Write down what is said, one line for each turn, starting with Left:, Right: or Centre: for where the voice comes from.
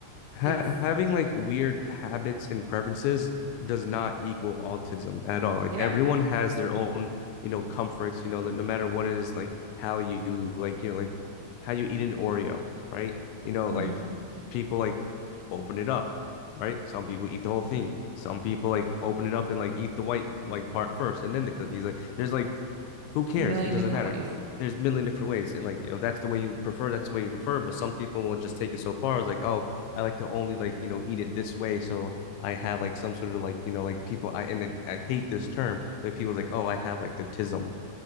Left: ha
Right: it's
Left: having like weird habits and preferences does not equal autism at all. Like
Right: yeah,
Left: everyone has their own, you know, comforts, you know, that no matter what it is, like how you like, you know, like how you eat an Oreo, right? You know,
Right: hmm
Left: like people like open it up, right? Some people eat the whole thing. Some people like open it up and like eat the white like part first and then the cookies. Like there's like who cares?
Right: a million
Left: It doesn't
Right: different
Left: matter.
Right: ways.
Left: There's a million different ways. And like if that's the way you prefer, that's the way you prefer. But some people will just take it so far as like, oh, I like to only like, you know, eat it this way. So I have like some sort of like, you know, like people I and it, I hate this term, but people like, oh, I have like the tism.